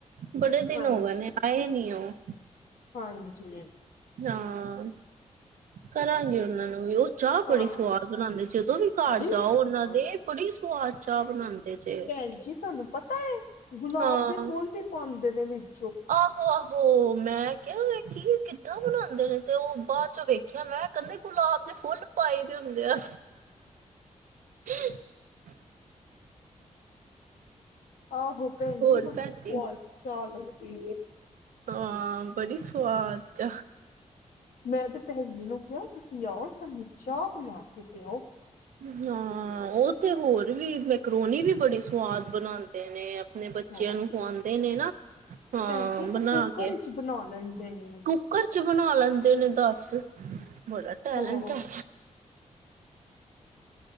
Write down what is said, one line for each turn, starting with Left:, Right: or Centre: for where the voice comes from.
Right: ਬੜੇ ਦਿਨ
Left: ਹਾਂਜੀ
Right: ਹੋ ਗਏ ਨੇ ਆਏ ਨੀ ਆ ਉਹ
Left: ਹਾਂਜੀ।
Right: ਹਾਂ। ਕਰਾਂਗੇ ਉਹਨਾਂ ਨੂੰ ਵੀ ਉਹ ਚਾਹ
Left: ਹਾਂ
Right: ਬੜੀ ਸਵਾਦ ਬਣਾਉਂਦੇ ਜਦੋਂ ਵੀ ਘਰ
Left: ਬੜੀ
Right: ਜਾਓ
Left: ਸਵਾਦ
Right: ਉਹਨਾਂ ਦੇ ਬੜੀ ਸਵਾਦ ਚਾਹ ਬਣਾਉਂਦੇ। ਜੇ
Left: ਭੈਣ ਜੀ ਤੁਹਾਨੂੰ ਪਤਾ ਹੈ ਗੁਲਾਬ
Right: ਹਾਂ
Left: ਦੇ ਫੁੱਲ ਵੀ ਪਾਉਂਦੇ ਨੇ ਵਿੱਚ
Right: ਆਹੋ, ਆਹੋ ਮੈਂ ਕਿਹਾ ਕੀ ਕਿੱਦਾਂ ਬਣਾਉਦੇ ਨੇ ਤੇ ਉਹ ਬਾਅਦ ਚੋਂ ਵੇਖ ਦੇਖਿਆ ਮੈਂ ਕਹਿੰਦੇ ਗੁਲਾਬ ਦੇ ਫੁੱਲ ਪਾਏ ਦੇ ਹੁੰਦੇ ਆ। <inaudible>
Left: ਆਹੋ ਭੈਣ
Right: ਹੋਰ
Left: ਜੀ ਬੜੀ
Right: ਭੈਣ
Left: ਸਵਾਦ
Right: ਜੀ
Left: ਚਾਹ ਲੱਗਦੀ ਹੈ।
Right: ਹਾਂ ਬੜੀ ਸਵਾਦ ਚਾਹ।
Left: ਮੈਂ ਤੇ ਭੈਣ ਜੀ ਨੂੰ ਕਿਹਾ ਤੁਸੀਂ ਆਓ ਸਾਨੂੰ ਚਾਹ ਬਣਾ ਕੇ ਪਿਆਓ।
Right: ਹਾਂ ਉਹ ਤੇ ਹੋਰ ਵੀ ਮੈਂਕਰੋਨੀ ਵੀ ਬੜੀ ਸਵਾਦ ਬਣਾਉਂਦੇ ਨੇ। ਆਪਣੇ ਬੱਚਿਆਂ
Left: ਹਾਂ
Right: ਨੂੰ ਖਆਉਂਦੇ ਨੇ ਨਾ ਹਾਂ
Left: ਭੈਣ ਜੀ ਤੇ
Right: ਬਣਾ
Left: ਕੁੂੱਕਰ
Right: ਕੇ।
Left: ਵਿਚ ਬਣਾ ਲੈਂਦੇ ਨੇ।
Right: ਕੁੱਕਰ 'ਚ ਬਣਾ ਲੈਂਦੇ ਨੇ ਦੱਸ ਬੜਾ ਟੈੈਂਲਟ
Left: ਹਾਂ
Right: ਹੈ।